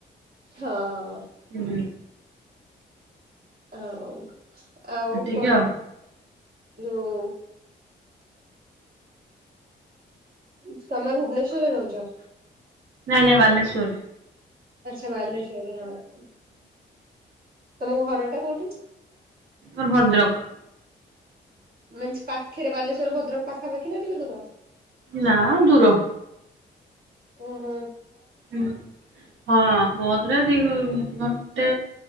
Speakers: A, on the right; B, on the right.
A: ହଁ।
B: ହୁଁ।
A: ଆଉ ଆଉ
B: ଏତିକି
A: କଣ
B: ଆଉ
A: ଯୋଉ ତମେ ଭୁବନେଶରରେ ରହୁଚ?
B: ନାଇଁ ନାଇଁ ବାଲେଶ୍ଵର।
A: ଆଛା ବାଲେଶ୍ଵର ହଁ ତମ ଘର ଟା କୋଉଠି।
B: ଆମର ଭଦ୍ରକ।
A: ମାନେ ସେ ପାଖେରେ ବାଲେଶ୍ଵର ଭଦ୍ରକ ପାଖା ପାଖୀ ନା ଟିକେ ଦୂର।
B: ନା ଦୂର।
A: ଉଁ ହୁଁ।
B: ଉଁ ହଁ <unintelligible> <unintelligible> ଘଣ୍ଟେ